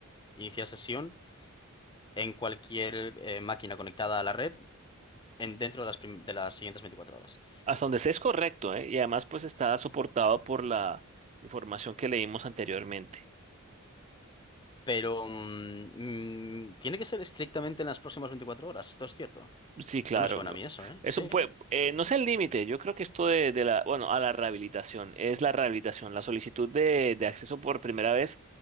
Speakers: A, on the left; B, on the right.
A: iniciar sesión en cualquier eh, máquina conectada a la red. En, dentro de las, prim- de las siguientes 24 horas.
B: Hasta donde sé es correcto, ¿eh? Y además, pues está soportado por la información que leímos anteriormente.
A: Pero mm, mm, tiene que ser estrictamente en las próximas 24 horas. Esto es cierto.
B: Sí, claro,
A: No me suena
B: no.
A: a mí eso, ¿eh?
B: Eso
A: Sí.
B: puede, eh, no es el límite. Yo creo que esto de, de la, bueno, a la rehabilitación, es la rehabilitación. La solicitud de, de acceso por primera vez